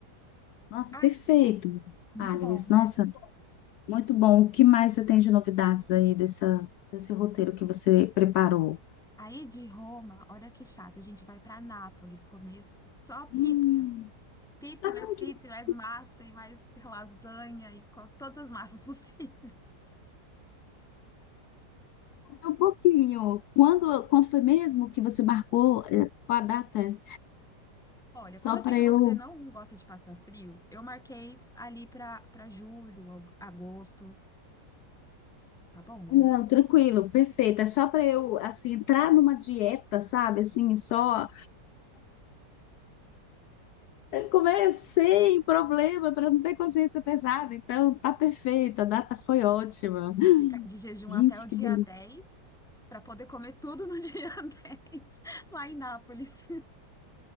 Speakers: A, on the left; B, in the centre.
A: Nossa,
B: Ah,
A: perfeito,
B: muito
A: Agnes.
B: bom, né?
A: Nossa, muito bom. O que mais você tem de novidades aí dessa, desse roteiro que você preparou?
B: Aí de Roma, olha que chato, a gente vai para Nápoles comer só
A: Hum,
B: pizza. Pizza,
A: ai,
B: e mais pizza,
A: que delícia.
B: e mais massa, e mais <laughs> lasanha, e co- todas as massas <laughs> possíveis.
A: Um pouquinho. Quando, quando foi mesmo que você marcou eh, com a data?
B: Olha,
A: Só
B: como eu sei
A: para
B: que
A: eu.
B: você não gosta de passar frio, eu marquei ali para para julho, ao- agosto, tá bom, né?
A: Não, tranquilo, perfeito. É só para eu, assim, entrar numa dieta, sabe? Assim, só. Eu comer sem problema, para não ter consciência pesada. Então, tá perfeito. A data foi ótima.
B: Ficar de jejum
A: Gente,
B: até o dia
A: que delícia.
B: 10, para poder comer tudo no <laughs> dia dez lá em Nápoles.